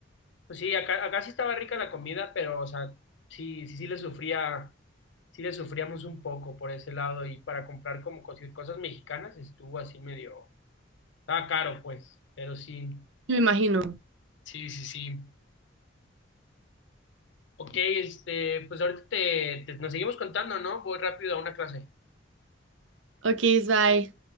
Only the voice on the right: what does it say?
Me imagino.
Ok, bye.